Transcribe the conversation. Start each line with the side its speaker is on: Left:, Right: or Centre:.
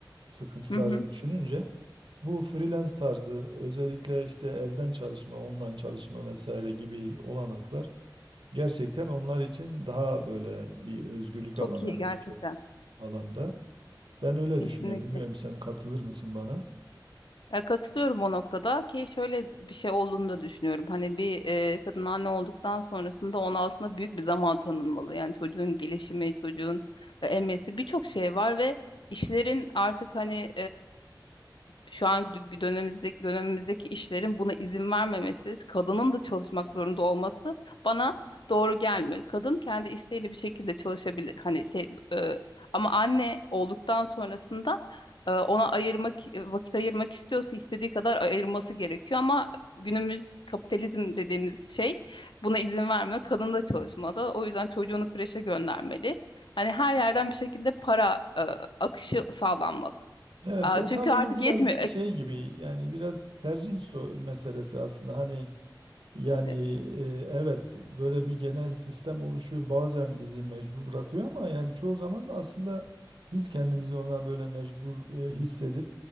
Right: sıkıntıları
Left: Hı hı.
Right: düşününce bu freelance tarzı özellikle işte evden çalışma, online çalışma vesaire gibi olanaklar gerçekten onlar için daha böyle bir özgürlük alanı
Left: Çok iyi
Right: hani
Left: gerçekten.
Right: birçok alanda. Ben öyle
Left: Kesinlikle.
Right: düşünüyorum. Bilmiyorum sen katılır mısın bana?
Left: Ya katılıyorum o noktada ki şöyle bir şey olduğunu da düşünüyorum. Hani bir e, kadın anne olduktan sonrasında ona aslında büyük bir zaman tanınmalı. Yani çocuğun gelişimi, çocuğun e, emmesi birçok şey var ve işlerin artık hani şu an dü- dönemimizdeki dönemimizdeki işlerin buna izin vermemesi, kadının da çalışmak zorunda olması bana doğru gelmiyor. Kadın kendi isteğiyle bir şekilde çalışabilir. Hani şey e, ama anne olduktan sonrasında e, ona ayırmak e, vakit ayırmak istiyorsa istediği kadar ayırması gerekiyor ama günümüz kapitalizm dediğimiz şey buna izin vermiyor. Kadın da çalışmalı. O yüzden çocuğunu kreşe göndermeli. Hani her yerden bir şekilde para e, akışı sağlanmalı.
Right: Evet
Left: Aa,
Right: ya
Left: Çünkü
Right: tabii bu
Left: artık
Right: biraz
Left: yetmiyor.
Right: şey gibi yani biraz tercih so- meselesi aslında hani yani
Left: Tabii.
Right: e, evet böyle bir genel sistem oluşuyor bazen bizi mecbur bırakıyor ama yani çoğu zaman da aslında biz kendimizi ona böyle mecbur e, hissedip